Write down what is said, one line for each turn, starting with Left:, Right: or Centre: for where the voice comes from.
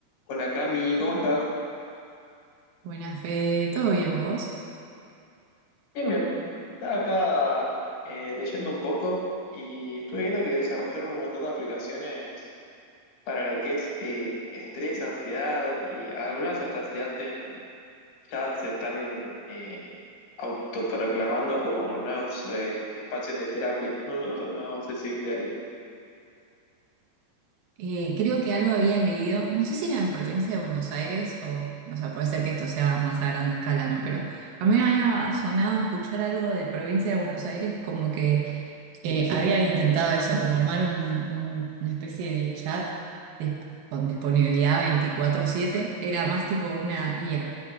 Left: Hola Cami, ¿cómo estás?
Right: Buenas, Fede. ¿Todo bien vos?
Left: Bien, bien. Estaba acá eh, leyendo un poco y estuve viendo que desarrollaron un montón de aplicaciones para lo que es eh, estrés, ansiedad y algunas hasta se hacen, ya se están eh, autoproclamando como nuevos eh, espacios de terapia. No, no- no sé si viste algo.
Right: Eh, creo que algo había leído, no sé si era en provincia de Buenos Aires o, o sea, puede ser que esto sea más a grande escala, ¿no? Pero a mí me había sonado escuchar algo de provincia de Buenos Aires como que Eh, habían intentado eso, como armar un- un- una especie de chat dis- con disponibilidad 24/7, era más tipo una IA.